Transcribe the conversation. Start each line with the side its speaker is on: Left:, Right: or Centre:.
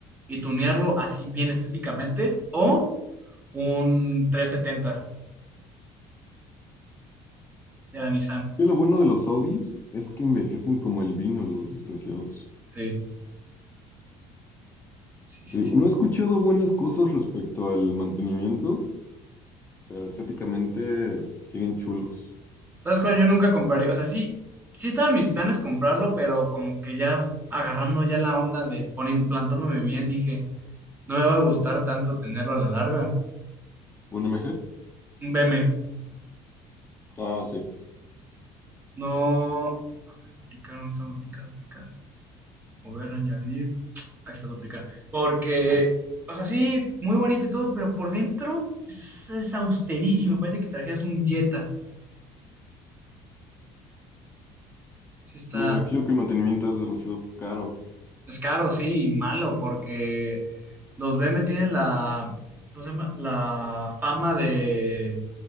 Right: y tunearlo así bien estéticamente o un 370 de la Nissan.
Left: Y lo bueno de los Audis es que envejecen como el vino, los desgraciados.
Right: Sí, sí, sí,
Left: Te digo,
Right: sí.
Left: no he escuchado buenas cosas respecto al mantenimiento, pero estéticamente siguen chulos.
Right: ¿Sabes cuál? Yo nunca compraría, o sea, sí, sí estaban mis planes comprarlo, pero como que ya agarrando ya la onda de poner, plantándome bien, dije, no me va a gustar tanto tenerlo a la larga.
Left: ¿Un m MG?
Right: Un BM,
Left: Ah, sí.
Right: no, a ver, duplicar, ¿dónde está duplicar, duplicar? Mover, añadir, <tsk> aquí está duplicar. Porque, o sea, sí, muy bonito y todo, pero por dentro es, es austerísimo, parece que trajeras un Jetta. Sí está,
Left: Me imagino que el mantenimiento es demasiado caro.
Right: es caro, sí, y malo, porque... Los B M tienen la, ¿cómo se llama? La fama de